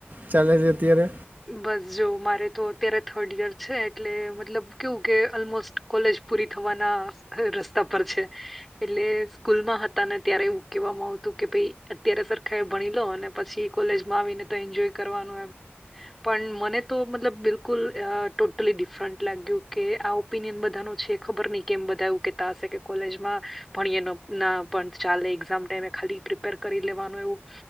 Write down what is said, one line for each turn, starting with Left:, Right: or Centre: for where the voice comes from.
Right: ચાલે છે અત્યારે
Centre: બસ જો મારે તો અત્યારે થર્ડ યર છે એટલે મતલબ કેવું કે ઓલમોસ્ટ કોલેજ પૂરી થવાના અ રસ્તા પર છે એટલે સ્કૂલમાં હત તને ત્યારે એવું કહેવામાં આવતું કે ભાઈ અત્યારે સરખા એ ભણી લો અને પછી કોલેજમાં આવીને એન્જોય કરવાનું એમ પણ મને તો મતલબ બિલકુલ અહ ટોટલી ડિફરન્ટ લાગ્યું કે આવુ ઓપિનિયન બધાનું છે ખબર નહિ કેમ બધા એવું કેતા હશે કે કોલેજમાં ભણીએ ન ના પણ ચાલે એક્ઝામ ટાઈમે ખાલી પ્રિપેર કરી લેવાનું એવું